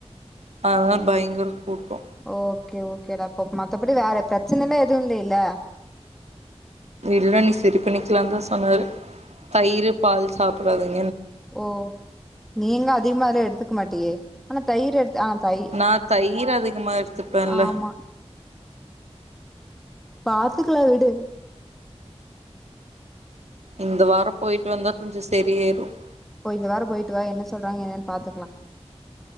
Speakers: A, on the right; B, in the centre.
A: ஆஹ் பயங்கர கூட்டம்
B: ஓகே ஓகேடா அப்ப மத்தபடி வேற பிரச்சன எல்லா எதுவும் இல்லல்ல
A: இல்ல நீ சரி பண்ணிக்கலாம் தான் சொன்னாரு தயிர் பால் சாப்பிடாதிங்க
B: ஓ நீங்க அதிகமா அதுலா எடுத்துக்க மாட்டியே எனா தயிர் எடுத்தேன் ஆ தை
A: நான் தயிர் அதிகமா எடுத்துப்பேன்ல
B: ஆமா பாத்துக்கலா வீடு
A: இந்த வாரம் போயிட்டு வந்தா கொஞ்சம் செரியாயிரும்
B: போயிட்டு வாரம் போயிட்டு வா என்ன சொல்றாங்க என்னன்னு பாத்துக்கலாம்